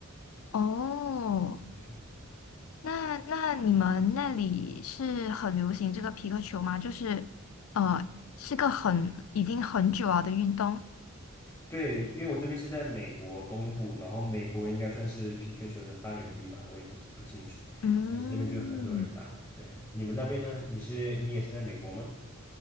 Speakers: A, on the left; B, on the left.
A: 哦，
B: 嗯
A: 那那你们那里是很流行这个皮克球吗？就是呃，是个很已经很久了的运动。
B: 对，因为我这边是在美国东部，然后美国应该算是皮克球的发源地吧，我也不是不清楚。
A: 嗯
B: 但是这边就有很多人打。对，你们那边呢？你是你也是在美国吗？